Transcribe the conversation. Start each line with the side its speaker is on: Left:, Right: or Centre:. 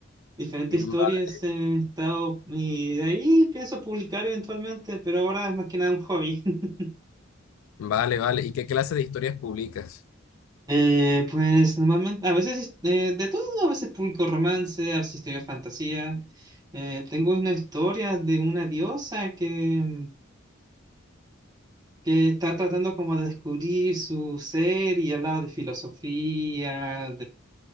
Right: diferentes
Left: Mm,
Right: historias
Left: va-
Right: he estado y de ahí pienso publicar eventualmente, pero ahora es más que nada un hobby. <laughs>
Left: vale, vale, ¿y qué clase de historias publicas?
Right: Eh, pues normalmente, a veces eh, de todo, a veces publico romance, a veces escribo fantasía. Eh, tengo una historia de una diosa que, que está tratando como de descubrir su ser y hablaba de filosofía,